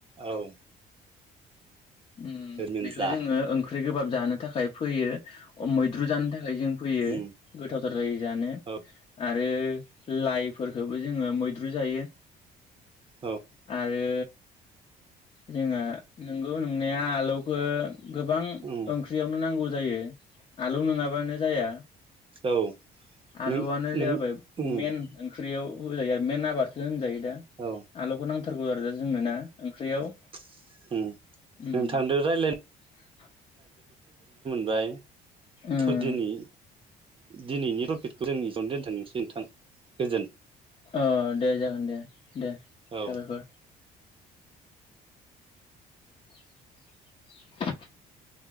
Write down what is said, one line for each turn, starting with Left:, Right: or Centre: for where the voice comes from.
Right: औ
Left: अम
Right: रिमोनला
Left: बेखौ जोंङो ओं ख्रि गोबाब जानो थाखाय फैयो मैद्रु जानो था खाय जों फोयो
Right: उम
Left: गोथावथार जायो जानो
Right: औ
Left: आ रो लाइफोरखौबो जोंङो मै द्रु जायो।
Right: औ
Left: आरो जोङो नंगौ नंनाया आलौखो गोबां
Right: उम
Left: ओंख्रियावनो नांगौ जायो आलौ नङाबानो जाया
Right: औ
Left: आलुआनो
Right: नों नों
Left: जाबाय
Right: उम
Left: मेन ओंख्रियाव जायो आरो मेन आबादखो दा
Right: औ
Left: आलौखौ नांथारगौ आरो दा जोंनो ना ओंख्रियाव।
Right: नों
Left: उम
Right: थांदो रायलायनो।
Left: <inaudible>
Right: फ्राय
Left: उम
Right: थुदिनि दिनैनि टपिकखौ जों इसेयावनो दोनथांनोसै नोंथां गोजोन्थों।
Left: अ दे जागोन दे-दे
Right: औ
Left: साबायखर। <inaudible> <inaudible>